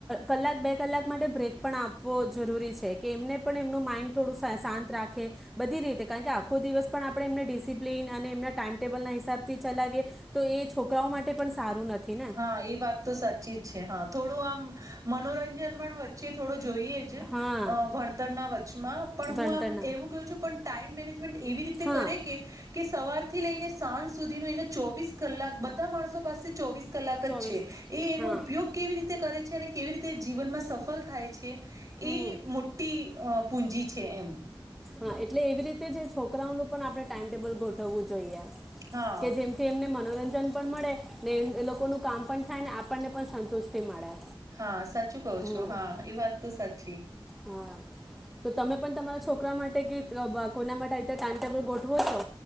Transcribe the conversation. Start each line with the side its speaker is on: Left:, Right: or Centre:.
Centre: કલાક બે કલાક માટે બ્રેક પણ આપવો જરૂરી છે કે એમને પણ એમનું માઇન્ડ થોડું શાંત રાખે બધી રીતે કારણ કે આખો દિવસ પણ આપણે એમને ડિસિપ્લન અને એમના ટાઈમ ટેબલના હિસાબ થી ચલાવીએ તો એ છોકરાઓ માટે પણ સારું નથી. ને
Right: હા એ વાત તો સાચી જ છે હા થોડું આમ મનોરંજન પણ વચ્ચે થોડો જોઈએ જ
Centre: હા
Right: ભણતરના વચચમાં પણ હું
Centre: ભણતરના
Right: આમ એવું કું છું પણ ટાઈમ મેનેજમેન્ટ એવી રીતે
Centre: હા
Right: કરે કે સવારથી લઈને સાંજ સુધીનું એને ચોવીસ કલાક બધા માણસો પાસે ચોવીસ કલાક જ
Centre: ચોવીસ
Right: છે એ એનો
Centre: હા
Right: ઉપયોગ કેવી રીતે કરે છે અને કેવી રીતે જીવનમાં સફળ થાય છે.
Centre: હમ
Right: એ મોટી પૂજી છે એમ
Centre: હા એટલે એવી રીતે જે છોકરાઓનું પણ આપણે ટાઈમ ટેબલ ગોઠવવું જોઈએ.
Right: હા
Centre: કે જેમ કે એમને મનોરંજન પણ મળે ને એ લોકો ન કામ પણ થાય ને આપણને પણ સંતુષ્ટિ મળે.
Right: હા સાચું કહું
Centre: હમ
Right: છું હા એ વાત તો સાચી
Centre: હા તો તમે પણ તમારા છોકરા માટે કે કોઈના માટે અત્યારે ટાઈમટેબલ ગોઠવો છો